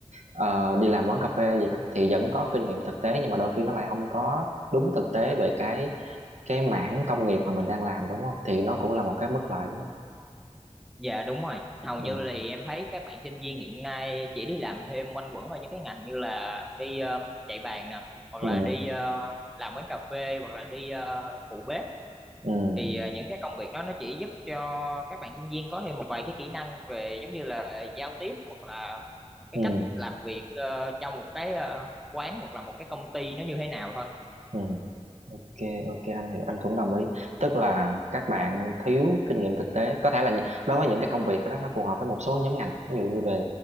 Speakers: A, on the right; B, in the centre.
A: ờ, đi làm quán cà phê gì đó thì vẫn có kinh nghiệm thực tế nhưng mà đôi khi nó lại không có đúng thực tế về cái cái mảng công nghiệp mà mình đang làm đúng không thì nó cũng là một cái bất lợi đúng không
B: Dạ đúng rồi, hầu
A: ừ
B: như là thì em thấy các bạn sinh viên hiện nay chỉ đi làm thêm quanh quẩn ở những cái ngành như là đi ờ, chạy bàn nè, hoặc
A: ừ
B: là đi ờ, làm quán cà phê, hoặc là đi ờ, phụ bếp.
A: ừ
B: Thì
A: ừ
B: ờ, những cái công việc đó nó chỉ giúp cho các bạn sinh viên có thêm một vài cái kỹ năng về giống như là giao tiếp hoặc là cái
A: ừ,
B: cách làm việc ờ, trong một cái ờ, quán hoặc là một cái công ty nó như thế nào thôi.
A: ừ. Ok, ok anh hiểu anh cũng đồng ý tức là các bạn thiếu kinh nghiệm thực tế có thể là nh- đối với những cái công việc đó nó phù hợp với một số nhóm ngành ví dụ như về